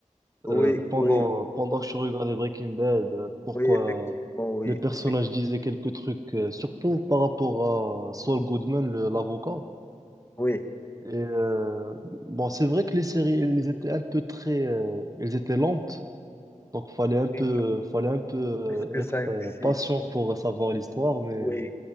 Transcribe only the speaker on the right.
euh, pendant
pendant que je regardais Breaking Bad. euh, pourquoi
les personnages
disaient quelques trucs, euh, surtout par rapport à Saul Goodman, le- l'avocat.
Et euh, bon, c'est vrai que les séries, elles étaient un peu très, euh, elles étaient lentes. Donc fallait un peu,
fallait un peu euh,
être
euh,
patient pour savoir l'histoire, mais